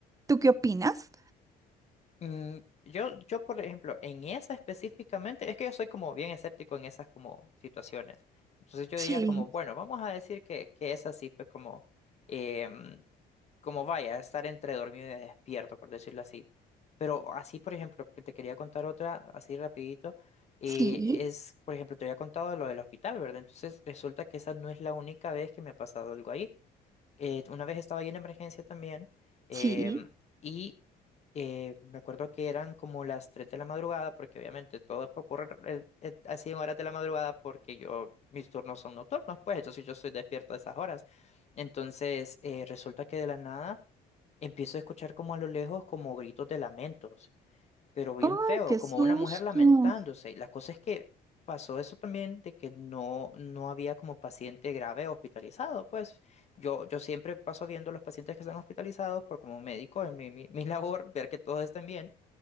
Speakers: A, on the right; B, on the left.
A: ¿Tú qué opinas?
B: Mm, yo, yo, por ejemplo, en esa específicamente, es que yo soy como bien escéptico en esas como situaciones. Entonces yo
A: Sí,
B: diría como, bueno, vamos a decir que, que esa sí fue como, em, como vaya, estar entre dormido y despierto, por decirlo así. Pero así, por ejemplo, que te quería contar otra, así rapidito, eh,
A: sí,
B: es, por ejemplo, te había contado lo del hospital, ¿verdad? Entonces resulta que esa no es la única vez que me ha pasado algo ahí eh, una vez estaba yo en emergencia también em,
A: sí.
B: y eh, me acuerdo que eran como las 3 de la madrugada, porque obviamente todo ocurre eh, eh, así en horas de la madrugada porque yo, mis turnos son nocturnos, pues entonces yo estoy despierto a esas horas. Entonces eh, resulta que de la nada empiezo a escuchar como a lo lejos como gritos de lamentos pero bien
A: ¡Oh,
B: feo,
A: qué
B: como
A: susto!
B: una mujer lamentándose. Y la cosa es que pasó eso también de que no, no había como paciente grave hospitalizado. Pues yo, yo siempre paso viendo los pacientes que están hospitalizados por como médico en mi, mi, mi <laughs> labor, ver que todos estén bien.